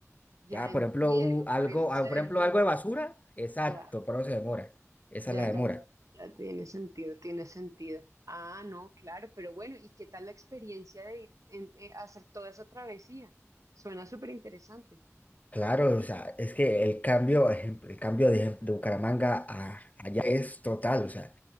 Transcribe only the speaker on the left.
Ya,
por ejemplo, un- algo,
ah, por
ejemplo, algo de basura, exacto,
por eso se demora. Esa
es la
demora.
Claro, o sea, es que el cambio, ejemplo, el cambio de, de Bucaramanga a allá es total, o sea,